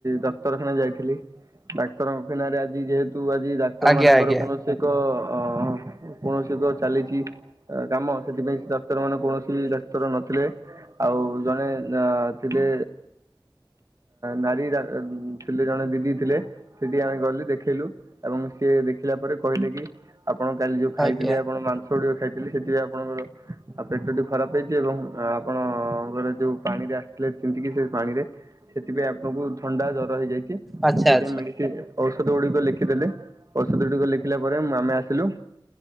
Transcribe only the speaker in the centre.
ଆଜ୍ଞା
ଆଜ୍ଞା
ଆଜ୍ଞା
ଆଚ୍ଛା
ଆଚ୍ଛା।